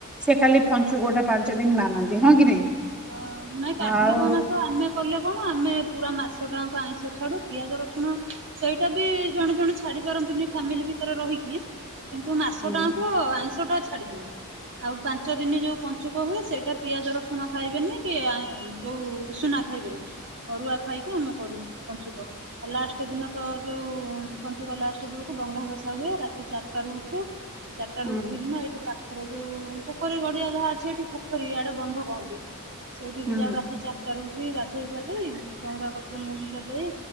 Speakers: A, in the centre; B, on the right (about 55°).
A: ସେ ଖାଲି ପଞ୍ଚୁକଟା ପାଞ୍ଚ ଦିନ ମା ନ୍ତି ହଁ କି ନାଇଁ <unintelligible>
B: ଅଁ ନାଇଁ କାର୍ତ୍ତିକ
A: ଆଉ
B: ମାସ ଆମେ କଲେ କଣ ଆମେ ପୁରା ମାସ ଟା ଆଇଁଷ ଛାଡୁ ପିଆଜ ରସୁଣ ସେଇଟା ବି ଜଣେ ଜଣେ ଛାଡି ପାରନ୍ତିନି ଫ୍ୟାମିଲି ଭିତରେ ରହିକି କିନ୍ତୁ ମାସଟା
A: ହୁଁ
B: ଯାଙ୍କ ଆଁଇଁସଟା ଛା ଛାଡିଦଉ ଆଉ ପାଞ୍ଚ ଦିନି ଯୋଉ ପଞ୍ଚୁକ ହୁଏ ସେଇଟା ପିଆଜ ରସୁଣ ଖାଇବେନି କି ଯୋଉ ଉଷୁନା ଖାଇବେନି ଅରୁଆ ଖାଇକି ଆମେ କରୁ ପଞ୍ଚୁକ ଆ ଲାଷ୍ଟ ଦିନ ତ ଯୋଉ ପଞ୍ଚୁକ ଲାଷ୍ଟ ବେଳକୁ ଡଙ୍ଗା ଭସା ହୁଏ ରାତି ଚାରିଟା ରୁ ଉଠୁ ଚାରିଟା
A: ହୁଁ
B: ରୁ ଉଠିକି ନା ଏଇଠି ପା ତାରେ ଯୋଉ ପୋଖରୀ ଗଡିଆ ଯାହା ଅଛି ଏଠି ପୋଖରୀ ଇଆଡେ ବନ୍ଧ କୁହନ୍ତି ସେଇଠିକି
A: ହୁଁ
B: ଯାଉ ରାତି ଚାରିଟାରୁ ଠି ଗାଧେଇ ପାଧେଇ ଚଉରା କଥରେ ମୁରୁଜ ଦେଇ